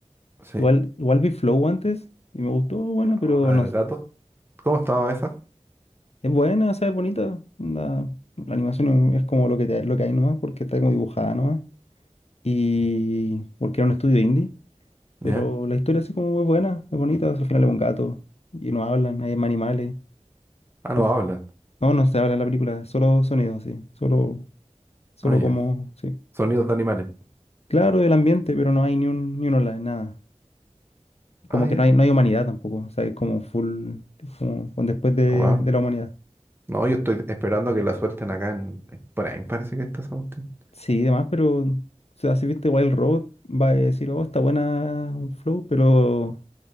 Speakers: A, on the right (about 20°); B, on the left (about 60°).
A: Sí.
B: Igual, igual vi Flow antes y me gustó, buena,
A: Ahora
B: pero no
A: del
B: s-
A: gato. ¿Cómo estaba esa?
B: es buena, ¿sabes? Bonita. onda, La, animación es como lo que, te- lo que hay nomás, porque está como dibujada nomás. Y porque era un estudio indie,
A: ¿Ya?
B: pero la historia así como muy buena, es bonita. Al final es un gato y no hablan, hay más animales.
A: Ah,
B: Como
A: no hablan.
B: que, no, no se habla en la película, solo sonidos, sí. Solo, solo
A: Ah, ya.
B: como, sí.
A: Sonidos de animales.
B: Claro, el ambiente, pero no hay ni un, ni un hola, nada. Como
A: Ah, ya.
B: que no hay, no hay humanidad tampoco, o sea, es como full, como con después de
A: Oh, wow.
B: de la humanidad.
A: No, yo estoy esperando que la suelten acá en, en Prime, parece que está esa cuestión.
B: Sí, y demás, pero, o sea, si viste Wild Road, va a decir, oh, está buena un Flow, pero,